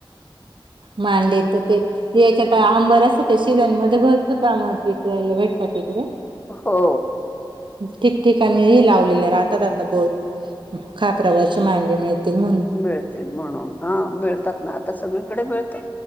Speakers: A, on the right; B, on the left.
A: मांडीचं ते हेच्यात का अंबऱ्यासाठी सीझन मध्ये भरपूर प्रमाणात विकयला भेटतात तिकडे.
B: हो.
A: ठीकठीकाणी हे लावलेले राहतात आता बोत खाप्रावरची मांगी मिळतील म्हणून.
B: मिळतील म्हणून. हा मिळतात ना आता सगळीकडे मिळतात.